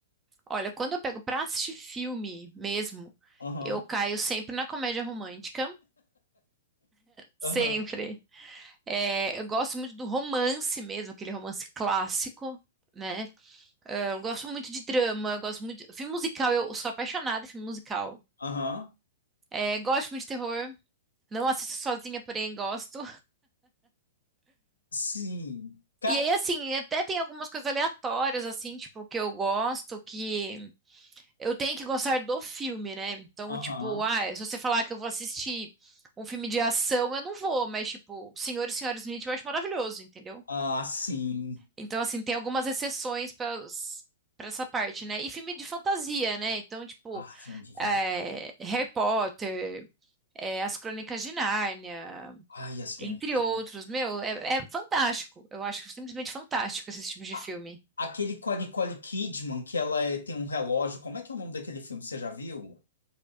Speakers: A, on the right; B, on the left.
A: Olha, quando eu pego pra assistir filme mesmo,
B: Aham,
A: eu caio sempre na comédia romântica. Sempre.
B: aham,
A: É, eu gosto muito do romance mesmo, aquele romance clássico, né? É, Eu gosto muito de drama, eu gosto muito. Filme musical, eu sou apaixonada em filme musical.
B: aham.
A: É, gosto muito de terror. Não assisto sozinha, porém gosto.
B: Sim. Ca...
A: E aí, assim, até tem algumas coisas aleatórias, assim, tipo, que eu gosto, que. eu tenho que gostar do filme, né? Então,
B: Aham.
A: tipo, ah, se você falar que eu vou assistir um filme de ação, eu não vou, mas, tipo, Senhor e Senhora Smith eu acho maravilhoso, entendeu?
B: Ah, sim.
A: Então, assim, tem algumas exceções para para essa parte, né? E filme de fantasia, né? Então, tipo,
B: Ah, filme de fantástico
A: é, Harry Potter, é, As Crônicas de Nárnia,
B: Ai, as crônicas.
A: entre outros. Meu, é, é fantástico. Eu acho simplesmente fantástico esse tipo de
B: Ah,
A: filme.
B: Aquele com a Nicole Kidman, que ela é- tem um relógio. Como é que é o nome daquele filme? Você já viu?